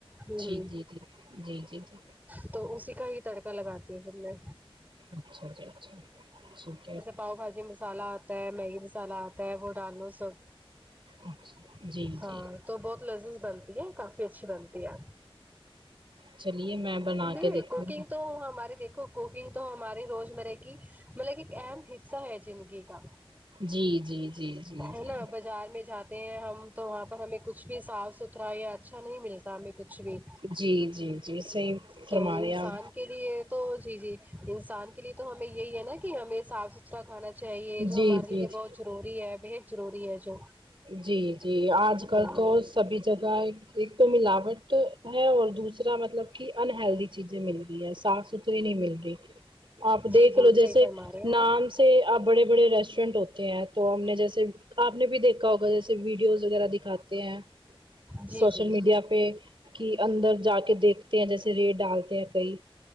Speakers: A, on the right (about 15°); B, on the right (about 60°).
A: ہ
B: جی جی جی جی جی جی
A: ہ تو اسی کا ہی تڑکا لگاتی ہوں پھر میں
B: اچھا جی اچھا ٹھیک ہے
A: پاو بھاجی مسا لہ آتا ہے میگی مسالہ آتا ہے وہ ڈالو سب
B: اچھا جی
A: ہاں
B: جی
A: تو بہت لذیذ بنتی ہے کافی اچھی بنتی ہے
B: چلیے میں بنا
A: نہیں
B: کے دیکھوں
A: کوکنگ
B: گا
A: تو ہماری دیکھو کوکنگ تو ہمارے روزمرہ کی مطلب ایک اہم حصہ ہے زندگی کا
B: جی جی جی جی جی
A: ہے نا بازار میں جات ہیں ہم تو وہاں پر ہمیں کچھ بھی صاف ستھرا یا اچھا نہیں ملتا ہمیں کچھ بھی
B: جی جی جی صحیح فرما
A: تو
B: رہے
A: انسان
B: آپ
A: کے لیے تو جی جی انسان کے لیے تو ہمیں یہی ہے نا کہ ہمیں صاف س اچھا کھانا چاہیے جو
B: جی
A: ہمارے
B: جی
A: لیے
B: جی
A: بہت ضروری ہے بےحد ضروری ہے جو
B: جی جی آج کل
A: ہاں
B: تو سبھی جگہ ایک تو ملاوٹ ہے اور دوسرا مطلب کہ انہلدی چیزیں مل رہئی ہے صاف ستری نہیں مل رہی آپ دیکھ
A: جی جی
B: لو جیسے
A: صحیح فرما رہے ہو
B: نام
A: آپ
B: سے آپ بڑے بڑے ریسٹورینٹ ہوتے تو ہم نے جیسے آپ نے بھی دیکھا ہوگا جیسے ویڈیوز وغیرہ دکھاتے ہیں
A: جی
B: سوشل
A: جی
B: میڈیا پیٹ کہ اندر جا کے دیکھتے ہیں جیسے ریڑ ڈالتے ہیں کئی